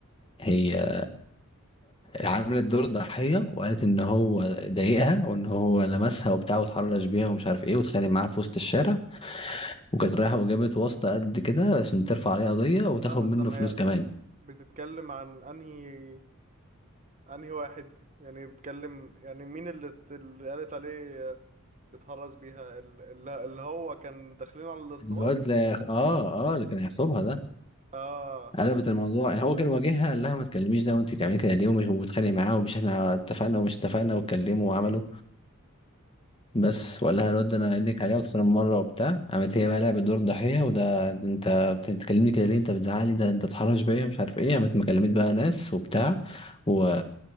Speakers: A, on the left; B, on the right.
A: هي عملت دور الضحية وقالت ان هو ضايقها وان هو لمسها وبتاع واتحرش بيها ومش عارف ايه واتخانق معاها في وسط الشارع وكانت رايحة وجابت واسطة قد كده عشان ترفع عليه قضية وتاخد
B: استنى استنى
A: منه فلوس
B: هي
A: كمان
B: بتتكلم عن انهي انهي واحد يعني بتتكلم يعني مين اللي ت- اللي قالت عليه بتهرج بيها ال- اللي اللي هو كان داخلين على الارتباط
A: الواد لا اه اه اللي كان هيخطبها ده
B: اه
A: قلبت الموضوع يعني هو كان واجهها قال لها ما تكلميش ده وانت بتعملي كده ليه ومش وبتخانق معاه ومش احنا اتفقنا ومش اتفقنا واتكلموا وعملوا
B: امم
A: بس وقال لها الواد ده انا قايل لك عليه اكتر من مره وبتاع قامت هي بقى لعبت دور ضحيه وده ده انت بتتكلمني كده ليه انت بتزعلي ده انت بتحرش بيا مش عارف ايه قامت مكلمت بقى ناس وبتاع و